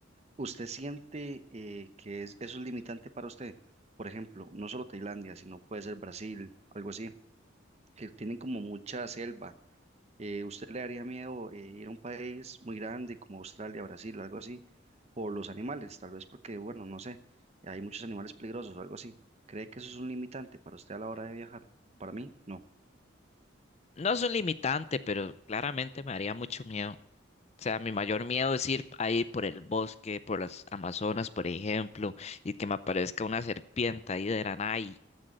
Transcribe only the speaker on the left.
No es un limitante, pero claramente me haría mucho miedo. O sea, mi mayor miedo es ir ahí por el bosque, por las Amazonas, por ejemplo, y que me aparezca una serpiente ahí de la nada y